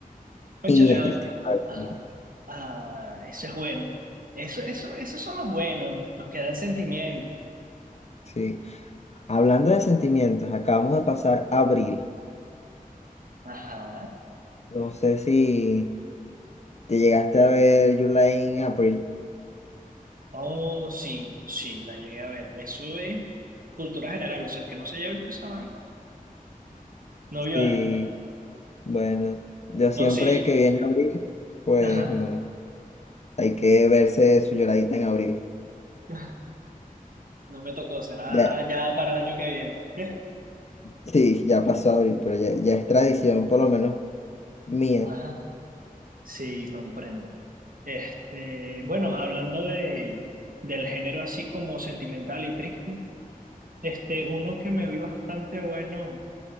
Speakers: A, on the right; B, on the left.
A: cónchale,
B: Y es
A: ah,
B: triste, a veces
A: ajá.
B: es triste.
A: Ah, eso es bueno. Eso, eso, esos son los buenos, los que dan sentimiento.
B: Sí. Hablando de sentimientos, acabamos de pasar abril.
A: Ajá.
B: No sé si te llegaste a ver July en abril.
A: Oh, sí, sí, la llegué a ver. Eso es cultura general, o sea, el que no se haya visto esa vaina, no vio
B: Sí,
A: anime.
B: bueno, yo siempre
A: No, sí,
B: que viene abril, pues
A: ajá,
B: mm, hay que verse su lloradita en abril.
A: <laughs> no me tocó, será
B: Ya,
A: ya para el año que viene.
B: sí, ya pasó abril, pero ya, ya es tradición, por lo menos mía.
A: <laughs> Ajá, sí, comprendo. Este, bueno, hablando de, del género así como sentimental y triste, este, uno que me vi bastante bueno